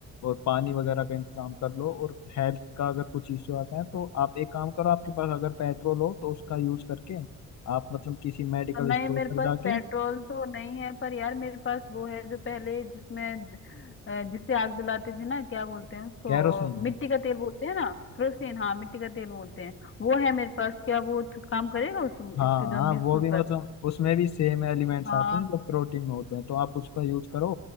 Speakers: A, on the left; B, on the left.
A: और पानी वगैरह का इंतजाम कर लो और हेल्थ का अगर कुछ इश्यू आता है तो आप एक काम करो आपके पास अगर पेट्रोल हो तो उसका यूज करके आप मतलब किसी मेडिकल
B: तो नहीं
A: स्टोर
B: मेरे
A: पर
B: पास
A: जाके
B: पेट्रोल तो नहीं है पर यार मेरे पास वो है जो पहले जिसमें ज- अ, जिससे आग जलाते थे ना क्या बोलते हैं उसको
A: कैरोसिन
B: मिट्टी का तेल बोलते हैं ना केरोसिन हाँ मिट्टी का तेल बोलते हैं वो है मेरे पास क्या वो ठ- काम करेगा उस
A: हाँ
B: इसके जॉम्बिस
A: हाँ वो
B: के ऊपर
A: भी मतलब उसमें भी सेम एलिमेंट्स
B: हाँ
A: आते हैं जो प्रोटीन में होते हैं तो आप उसका यूज करो